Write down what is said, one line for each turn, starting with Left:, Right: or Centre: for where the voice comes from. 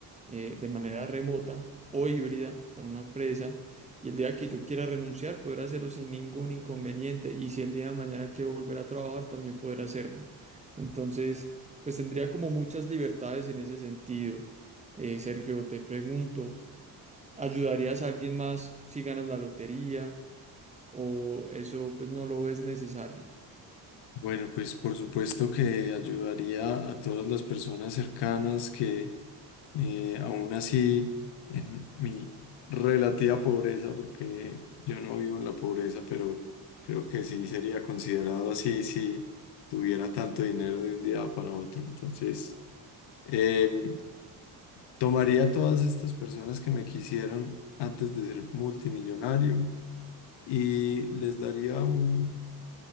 Right: eh, de manera remota o híbrida para una empresa. Y el día que yo quiera renunciar, poder hacerlo sin ningún inconveniente. Y si el día de mañana quiero volver a trabajar, también poder hacerlo. Entonces, pues tendría como muchas libertades en ese sentido. Eh, Sergio, te pregunto, ¿ayudarías a alguien más si ganas la lotería? ¿O eso pues no lo ves necesario?
Left: Bueno, pues por supuesto que ayudaría a todas las personas cercanas que eh, aún así en mi relativa pobreza, porque yo no vivo en la pobreza, pero creo que sí sería considerado así si tuviera tanto dinero de un día para otro. Entonces... Em, tomaría a todas estas personas que me quisieron antes de ser multimillonario y les daría un